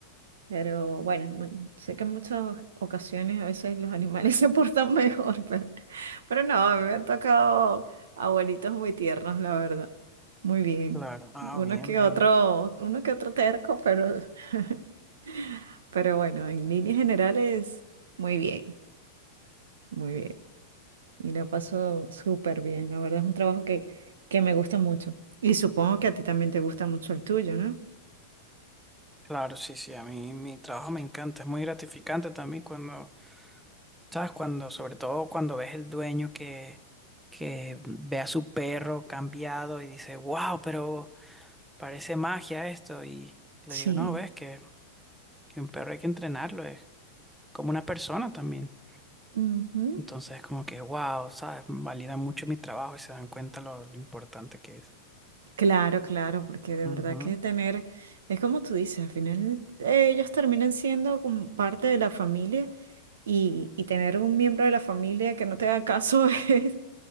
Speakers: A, on the right (about 80°); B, in the centre.
A: Pero bueno, mu- sé que en muchas ocasiones a veces los animales <laughs> se portan mejor, pero, pero no, a mí me han tocado abuelitos muy tiernos, la verdad. Muy bien.
B: Claro, ah,
A: Uno
B: bien,
A: que
B: bien,
A: otro,
B: bien.
A: uno que otro terco, pero, <laughs> pero bueno, en líneas generales, muy bien, muy bien. Y la paso súper bien. La verdad es un trabajo que, que me gusta mucho. Y supongo que a ti también te gusta mucho el tuyo, ¿no?
B: Claro, sí, sí, a mí mi trabajo me encanta, es muy gratificante también cuando, ¿sabes? Cuando, sobre todo cuando ves el dueño que, que ve a su perro cambiado y dice, wow, pero parece magia esto. Y le
A: Sí.
B: digo, no, ves que, que un perro hay que entrenarlo, es como una persona también.
A: Ujú.
B: Entonces, como que, wow, ¿sabes? Valida mucho mi trabajo y se dan cuenta lo, lo importante que es.
A: Claro, claro, porque de
B: Ujú.
A: verdad que tener, es como tú dices, al final eh, ellos terminan siendo como parte de la familia y, y tener un miembro de la familia que no te haga caso <laughs> es,